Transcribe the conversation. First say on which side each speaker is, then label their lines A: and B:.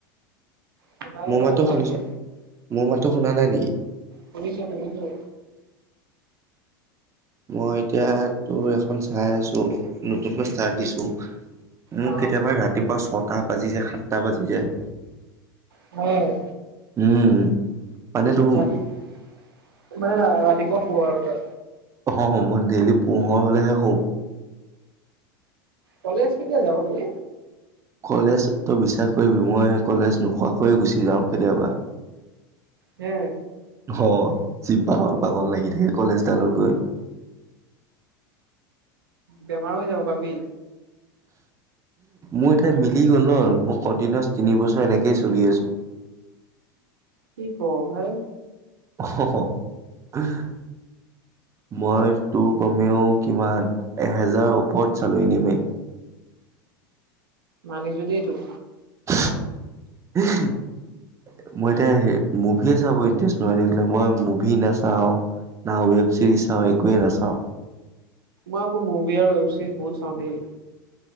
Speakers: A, on the right (about 90°); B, on the right (about 25°).
A: শুনাই
B: মোৰ
A: পোৱা
B: মাতটো
A: নাই ভালকে
B: শুনিছ, মোৰ মাতটো শুনা নাই নিকি?
A: শুনিছোঁ শুনিছোঁ।
B: মই এতিয়া তো এখন চাই আছো নতুনকৈ ষ্টাৰ্ত দিছো। মোৰ
A: অ
B: কেতিয়াবা ৰাতিপুৱা ছটা বাজি যায়, সাতটা বাজি যায়।
A: অ
B: উম। মানে তোৰ
A: ৰাতি ইমা ৰাতিপুৱা শুৱ আৰু তই।
B: অহ হ মই ডেইলি পোহৰ হ'লেহে শু।
A: কলেজ কেতিয়া যাও হে?
B: কলেজ তই বিশ্বাস কৰিবি মই কলেজ নোশুৱাকৈয়ে গুচি যাওঁ কেতিয়াবা।
A: হুওম।
B: অ যি পাগল পাগল লাগি থাকে কলেজ ডালত গৈ।
A: বেমাৰ হৈ যাব পাবি।
B: মোৰ এতিয়া মিলি গ'ল ন। মই কন্টিনোৱাছ তিনি বছৰ এনেকেই চলি আছো।
A: কি ক ভাই?
B: অহঅ <unintelligible> মই তোৰ কমেও কিমান এহেজাৰ ওপৰত চালোঁ এনিমে।
A: মানিছো দে তোক।
B: <unintelligible> মই এতিয়া সেই মুভিয়ে চাব ইণ্টাৰেষ্ট নোহোৱা হৈ থাকিলে। মই মুভি নাচাওঁ। না ৱেব চিৰিজ চাও একোৱেই নাচাও।
A: মই আকৌ মুভি আৰু ৱেবচিৰিজ বহুত চাও দেই।